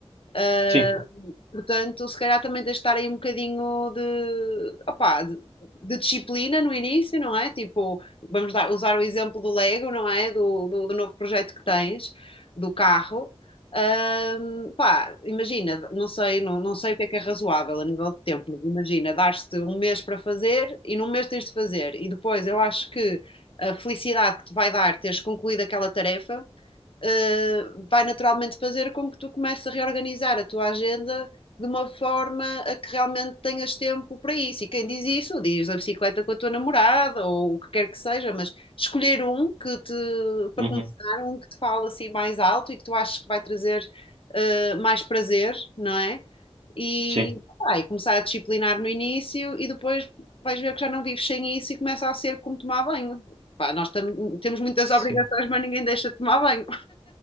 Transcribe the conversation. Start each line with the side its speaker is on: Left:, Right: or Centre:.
Left: Uh,
Right: sim,
Left: Portanto, se calhar também tens de estar aí um bocadinho de, opá, de, de disciplina no início, não é? Tipo, vamos dar- usar o exemplo do Lego, não é? Do, do, do novo projeto que tens, do carro. Ahm, pá, imagina, não sei, não, não sei o que é que é razoável a nível de tempo, mas imagina, dar-te um mês para fazer e num mês tens de fazer. E depois eu acho que a felicidade que te vai dar teres concluído aquela tarefa uh, vai naturalmente fazer com que tu comeces a reorganizar a tua agenda de uma forma a que realmente tenhas tempo para isso. E quem diz isso, diz a bicicleta com a tua namorada ou o que quer que seja, mas escolher um que te, para
Right: uhum,
Left: começar, um que te fala assim mais alto e que tu achas que vai trazer uh, mais prazer, não é? E,
Right: sim,
Left: ah, começar a disciplinar no início e depois vais ver que já não vives sem isso e começa a ser como tomar banho. Pá, nós tam- temos muitas
Right: sim.
Left: obrigações, mas ninguém deixa de tomar banho.